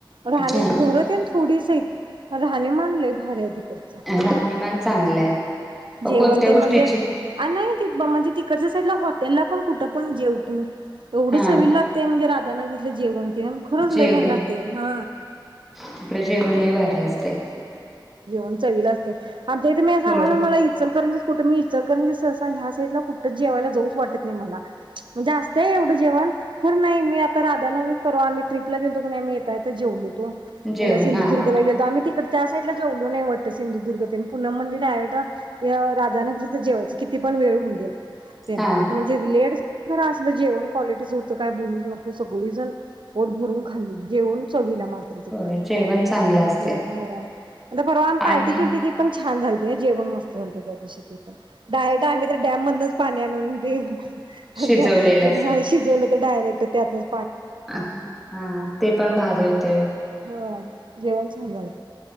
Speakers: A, on the right; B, in the centre.
A: राहणी
B: हा
A: घर त्यानं तीस हाइत राहणीमान लय भारी आहे तिकडच अस
B: राहणीमान चांगलंय. अ
A: जेवन
B: कोणत्या
A: तेन
B: गोष्टीची
A: म्हणजे नाही म्हणजे तिकडच्या साईडला हॉ त्याला पण कुठं पण जेव तू एवढंच
B: हा
A: चवीला लागतेय म्हणजे त्यांना तिथल जेवण ते खरच
B: जेवण
A: लय भारी लागतय हा
B: तिकडे जेवण लय भारी असतय
A: आमचा विलास तर आणि इथं सांगयल
B: होय.
A: नाय मला इचलकरजीच कुठ मी इचलकरजीच तसा ह्या साईडला कुठच जेवायला जाऊच वाटत नाही मला म्हणजे आस्तय एवढं जेवण खर नाय मी आता राधानगरीत परवा आम्ही ट्रिपला गेलतो कण नाय मी येता येता जेवलोतो ह्याला
B: जेवण
A: सिंधुदुर्गला
B: हा हॉट
A: गेलतो आम्ही तिक त्या साइडलाच जेवलो नाही वाटत सिंधुदुर्ग ते पुनम म्हणली डायरेक्ट राधानगरीच जेवायचं किती पण वेळ होउदे. ते म्हणजे
B: हा
A: लेट खर असलं जेवण क्वालिटीच होतं काय बोलूच नको सगळीजण पोट भरून खाल्ली जेवण चवीला मा <unintelligible>
B: होय जेवण चांगलं
A: ग
B: असतय
A: परवा आमी पार्टी
B: आणि
A: केलती ती पण छान झालत जेवण मस्त झालत त्या दिवशी बाहेर <unintelligible> डॅम मधच पाणी आणुन दे <unintelligible>
B: शिजवलेलंच
A: शिजवलंय त डायरेक्ट त्यातच
B: हा ते पण भारी होतय व्हय
A: हा जेवण छान झालं.